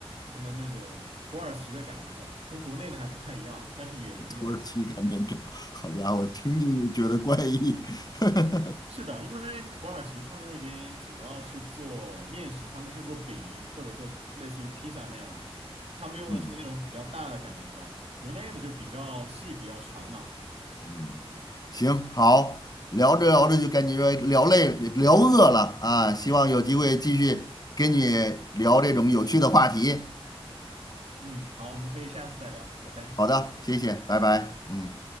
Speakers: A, on the right (about 85°); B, on the left (about 40°).
A: 他们那种土耳其的擀面杖，跟国内的还不太一样，但是也能用。
B: 土耳其擀面杖。好家伙，听听就觉得怪异。<laughs>
A: 是的，因为土耳其他们那边主要是做面食，他们是做饼或者做类似于披萨那样的，他们用的是那种比较大的擀面杖，
B: 嗯
A: 国内的就比较细比较长嘛。
B: 嗯，行，好，聊着聊着就感觉聊累了，聊饿了啊，希望有机会继续跟你聊这种有趣的话题。
A: 嗯，好，我们可以下次再聊，拜拜。
B: 好的，谢谢，拜拜，嗯。